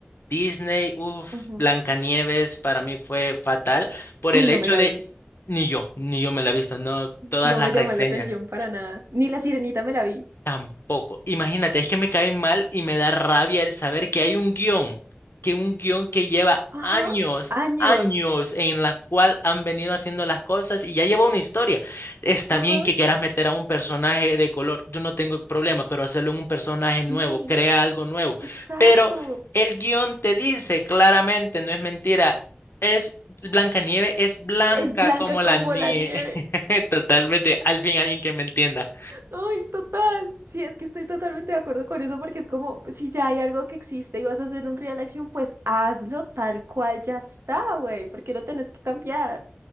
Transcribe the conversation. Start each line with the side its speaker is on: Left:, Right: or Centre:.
Left: Disney, uff,
Right: Ujú.
Left: Blancanieves para mí fue fatal por
Right: Uy,
Left: el
Right: no
Left: hecho
Right: me la
Left: de,
Right: vi.
Left: ni yo, ni yo me la he visto, no todas
Right: No
Left: las
Right: me llamó
Left: reseñas.
Right: la atención para nada. Ni La Sirenita me la vi.
Left: Tampoco. Imagínate, es que me caen mal y me da rabia el saber que hay un guión, que un guión que lleva
Right: Ajá,
Left: años,
Right: Años.
Left: años en la cual han venido haciendo las cosas y ya lleva una historia. Está
Right: ajá.
Left: bien que quieras meter a un personaje de color, yo no tengo problema, pero hacerlo en un personaje nuevo,
Right: Sí,
Left: crea algo nuevo.
Right: exacto.
Left: Pero el guión te dice claramente, no es mentira. Es Blanca Nieve, es blanca
Right: Es blanca
Left: como la
Right: como
Left: nieve.
Right: la nieve.
Left: <laughs> Totalmente, al fin alguien que me entienda.
Right: Ay, total. Sí, es que estoy totalmente de acuerdo con eso porque es como, si ya hay algo que existe y vas a hacer un real action, pues hazlo tal cual ya está, güey. ¿Por qué lo tenés que cambiar?